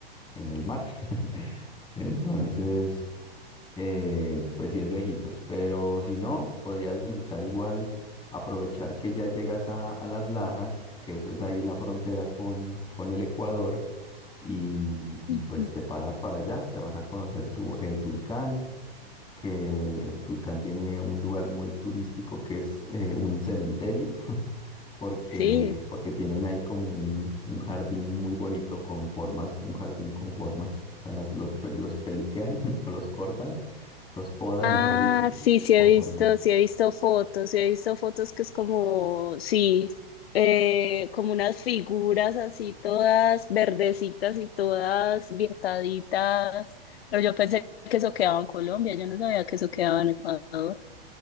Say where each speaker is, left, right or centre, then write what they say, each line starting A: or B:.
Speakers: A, on the left; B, on the left.
A: en el mar. <laughs> Entonces, eh, pues sí es lejitos, pero si no, podrías visitar igual, aprovechar que ya llegas a, a Las Lajas, que eso es ahí la frontera con, con el Ecuador, y, y
B: Ujú.
A: pues te pasas para allá, te vas a conocer tu, eh, Tulcán que Tulcán tiene un lugar muy turístico que es eh, un cementerio, <laughs> porque,
B: Sí.
A: porque tienen ahí como un, un jardín muy bonito con formas, un jardín con formas, o sea, las- los, pe- los peluquean <laughs> o los cortan, los podan,
B: Ah,
A: mejor dicho,
B: sí, sí he
A: con
B: visto,
A: formitas.
B: sí he visto fotos, sí he visto fotos que es como, sí, eh, como unas figuras así todas verdecitas y todas viertaditas, pero yo pensé que eso quedaba en Colombia, yo no sabía que eso quedaba en Ecuador.